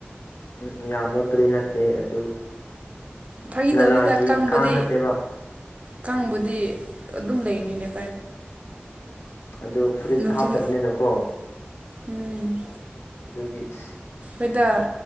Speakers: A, on the left; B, on the right.
A: ꯎ ꯌꯥꯝ ꯃꯣꯠꯄꯗꯤ ꯅꯠꯇꯦ ꯑꯗꯨ
B: ꯐꯥꯈꯤꯗꯕꯅꯤꯗ
A: ꯅꯂꯥꯒꯤ
B: ꯀꯥꯡꯪꯕꯗꯤ
A: ꯀꯥꯡ ꯅꯠꯇꯦꯕ
B: ꯀꯥꯡꯪꯕꯨꯗꯤ ꯑꯗꯨꯝ ꯂꯩꯅꯤꯅꯦꯣ
A: ꯑꯗꯨ ꯐꯨꯔꯤꯠ
B: ꯅꯨꯡꯊꯤꯟ
A: ꯍꯥꯞꯇꯕꯅꯤꯅꯀꯣ
B: ꯎꯝ
A: ꯒꯤꯁ
B: ꯑꯩꯈꯣꯏꯗ